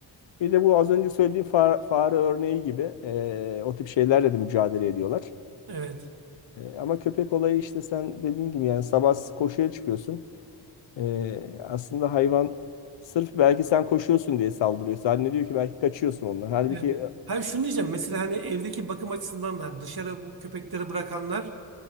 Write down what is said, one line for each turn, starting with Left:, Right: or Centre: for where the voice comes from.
Left: Bir de bu az önce söylediğim fa- fare, örneği gibi eee, o tip şeylerle de mücadele ediyorlar.
Right: Evet.
Left: E, ama köpek olayı işte sen dediğin gibi yani sabah koşuya çıkıyorsun. E, aslında hayvan sırf belki sen koşuyorsun diye saldırıyor. Zannediyor ki belki kaçıyorsun ondan. Halbuki
Right: Evet.
Left: e,
Right: Hayır şunu diyeceğim. Mesela hani evdeki bakım açısından da hani dışarı bu köpekleri bırakanlar